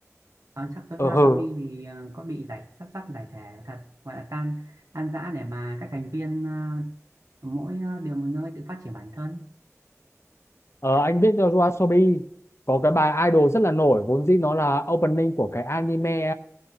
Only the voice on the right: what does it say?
Ờ, sắp tới
Yoasobi
thì ờ, có bị giải sắp sắp giải thể thật gọi là tan tan rã để mà các thành viên ờ, mỗi ờ, điều một nơi tự phát triển bản thân